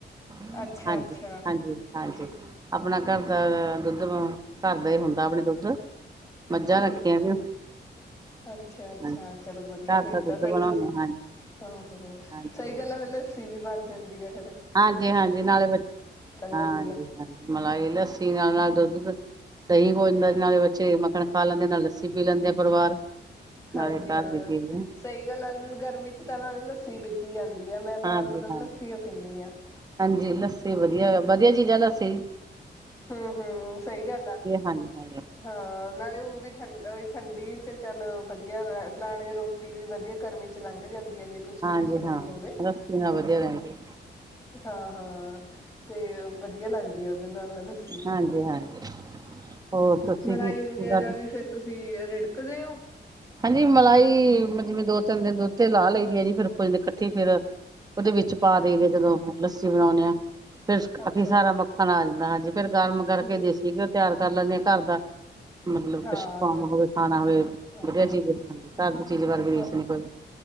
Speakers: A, on the right; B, on the left.
A: <inaudible>
B: ਅੱਛਾ
A: ਹਾਂਜੀ
B: ਅੱਛਾ
A: ਹਾਂਜੀ ਹਾਂਜੀ
B: ਠੀਕ।
A: ਆਪਣਾ ਘਰ ਦਾ ਦੁੱਧ ਘਰ ਦਾ ਹੀ ਹੁੰਦਾ ਆਪਣੀ ਦੁੱਧ ਮੱਝਾਂ
B: ਠੀਕ
A: ਰੱਖੀਆਂ
B: ਹੈ ਠੀਕ
A: ਵੀ
B: ਹੈ ਅੱਛਾ
A: ਹਾਂਜੀ
B: ਅੱਛਾ
A: ਘਰ
B: ਚਲੋ ਵਧੀਆ ਫਿਰ
A: ਦਾ ਦੁੱਧ
B: ਤਾਂ ਫਿਰ
A: ਬਣਾਉਣੇ
B: ਤਾਂ
A: ਹਾਂਜੀ,
B: ਹਾਂ ਹਾਂ
A: ਹਾਂਜੀ,
B: ਸਹੀ
A: ਹਾਂਜੀ।
B: ਗੱਲ ਹੈ ਫ਼ੇਰ ਲੱਸੀ ਵੀ ਬਣ ਜਾਂਦੀ ਆ ਫ਼ੇਰ
A: ਹਾਂਜੀ ਹਾਂਜੀ ਨਾਲੇ ਹ
B: ਜਾਂਦੀ
A: ਹਾਂਜੀ
B: ਹੈ
A: ਹਾਂਜੀ ਮਲਾਈ ਲੱਸੀ ਨਾਲੇ ਨਾਲ ਦੁੱਧ ਦਹੀਂ ਹੋੋ ਜਾਂਦਾ ਨਾਲੇ ਬੱਚੇ ਮੱਖਣ ਖਾ ਲੈਂਦੇ ਨਾਲ ਲੱਸੀ ਪੀ ਲੈਂਦੇ ਆ ਪਰਿਵਾਰ
B: ਹਾਂਜੀ
A: ਨਾਲੇ ਘਰ
B: ਹਾਂ
A: ਦੀ ਚੀਜ਼
B: ਸਹੀ ਗੱਲ ਆ ਗਰਮੀ ਚ ਤਾਂ ਨਾਲ ਲੱਸੀ ਹੀ ਪੀਤੀ ਜਾਂਦੀ ਹੈ ਮੈਂ ਤਾਂ
A: ਹਾਂਜੀ
B: ਮਤਲਬ
A: ਹਾਂਜੀ
B: ਲੱਸੀ ਪੀਂਦੀ ਹਾਂ
A: ਹਾਂਜੀ ਲੱਸੀ ਵਧੀਆ ਵਧੀਆ ਜੀ <unintelligible>
B: ਹਮ ਹਮ ਸਹੀ ਗੱਲ ਆ
A: ਹਾਂਜੀ, ਹਾਂਜੀ,
B: ਹਾਂ ਨਾਲੇ ਹੁਣ ਵੀ ਠੰ ਠੰਡੀ ਚਲੋ ਵਧੀਆ ਵਾ ਨਾਲੇ ਰੋਟੀ ਵੀ ਵਧੀਆ ਗਰਮੀ ਚ ਲੰਘ ਜਾਂਦੀ ਹੈ ਜੇ ਕੋਈ ਸੁੱਕੀ
A: ਹਾਂਜੀ
B: ਸਬਜ਼ੀ
A: ਹਾਂ
B: ਹੋਵੇ
A: ਲੱਸੀ ਨਾਲ ਵਧੀਆ ਰਹਿੰਦੀ
B: ਹਾਂ ਹਾਂ ਤੇ ਵਧੀਆ ਲੱਗਦੀ ਹੈ। ਨਾਲ ਲੱਸੀ
A: ਹਾਂਜੀ, ਹਾਂਜੀ। ਹੋਰ ਤੁਸੀਂ
B: ਮਲਾਈ
A: ਕੀ ਕੀ
B: ਹੀ ਵਗੈਰਾ
A: ਕਰਦੇ?
B: ਵੀ ਫੇਰ ਤੁਸੀਂ ਰੇ ਰਿੜਕਦੇ ਹੋ?
A: ਹਾਂਜੀ ਮਲਾਈ ਜਿਵੇਂ ਦੋ ਤਿੰਨ ਦਿਨ ਦੱਤੇ ਲਾ ਲਈਦੀ ਆ ਜੀ ਫਿਰ ਕੁੱਝ ਦਿਨ ਇਕੱਠੀ ਫਿਰ ਉਹਦੇ ਵਿੱਚ ਪਾ ਦੇਦੇ ਜਦੋਂ ਲੱਸੀ ਬਣਾਉਂਦੇ ਆ ਫੇਰ
B: ਅੱਛਾ
A: ਕਾਫੀ ਸਾਰਾ
B: ਅੱਛਾ
A: ਮੱਖਣ ਆ ਜਾਂਦਾ ਹਾਂਜੀ। ਫਿਰ ਗਰਮ ਕਰਕੇ
B: ਹਮ
A: ਦੇਸੀਗੇ
B: ਹਮ
A: ਉਹ ਤਿਆਰ ਕਰ ਲੈਂਦੇ ਆ ਘਰ ਦਾ ਮਤਲਬ
B: ਹਾਂ
A: ਕੁਛ ਕੰਮ
B: ਚਲੋ
A: ਹੋਵੇ ਖਾਣਾ ਹੋਵੇ
B: ਹਾਂ
A: ਵਧੀਆ
B: ਹਾਂ
A: ਚੀਜ਼
B: ਹਾਂ
A: ਹਾਂਜੀ
B: ਹ
A: ਘਰ ਦੀ ਚੀਜ਼ ਵਰਗੀ ਰੀਸ
B: ਹ
A: ਨੀ ਕੋਈ